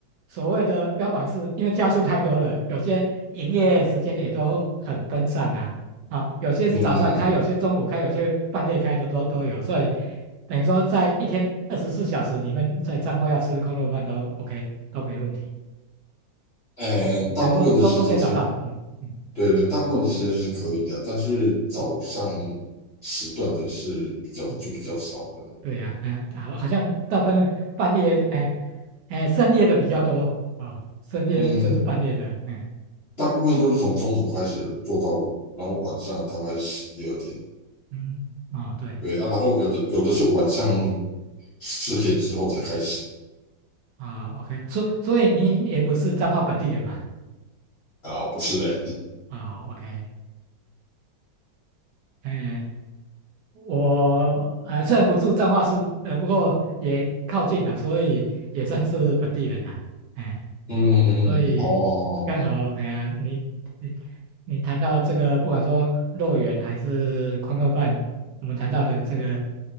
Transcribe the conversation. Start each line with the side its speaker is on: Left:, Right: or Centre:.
Right: 所谓的标榜是，因为家数太多了，有些营业时间也都很分散呐、啊。啊，有些是早上开，
Left: 嗯嗯，
Right: 有些中午开，有些半夜开的都都有，所以等于说在一天二十四小时你们在彰化要吃空肉饭都 OK，都没问题，
Left: 呃，
Right: 嗯等于说都都可以找到。
Left: 大部分的时间是，
Right: 嗯嗯
Left: 对对，大部分的时间是可以的，但是早上
Right: 嗯
Left: 时段的是比较就比较少的。
Right: 嗯。对呀、哎，好，好像大半半夜，哎，哎，深夜的比较多啊、深夜甚至半夜的，
Left: 嗯，
Right: 哎，
Left: 大部分都是从中午开始做到，然后晚上大概十一二点。
Right: 嗯，啊、对，
Left: 对啊，然后有的有的是晚上十点之后才开始
Right: 啊，OK、o k 所所以您也不是彰化本地人嘛，
Left: 啊，不是哎、欸
Right: 啊，OK、o k 哎，我呃虽然不住彰化市，呃，不过也靠近了，所以也算是本地人了，哎。
Left: 嗯嗯嗯，
Right: 所以刚好，
Left: 哦，
Right: 哎呀，你你你谈到这个，不管说肉圆还是矿肉饭，我们谈到的这个，